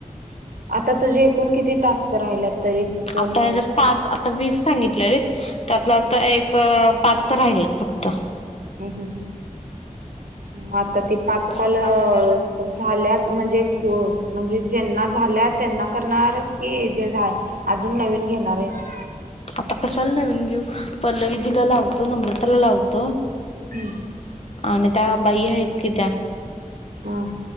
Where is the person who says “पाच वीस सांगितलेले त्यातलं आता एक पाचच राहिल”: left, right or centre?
Left